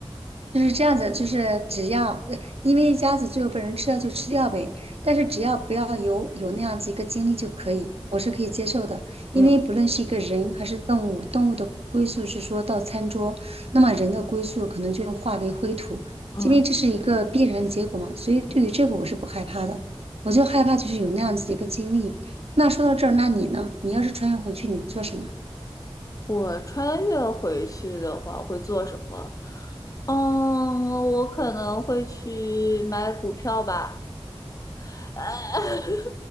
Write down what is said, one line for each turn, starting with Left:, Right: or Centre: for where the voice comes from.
Right: 就是这样子，就是只要，呃因为一家子最后被人吃掉就吃掉呗，但是只要不要有有那样子一个经历就可以，我是可以接受的。因为不论是一个人还是动物，
Left: 嗯
Right: 动物的归宿是说到餐桌，那么人的归宿可能就化为灰土，
Left: 嗯，
Right: 因为这是一个必然的结果嘛。所以对于这个我是不害怕的，我就害怕就是有那样子的一个经历。那说到这儿，那你呢？你要是穿越回去，你做什么？
Left: 我穿越回去的话会做什么？嗯，我可能会去买股票吧。<laughs>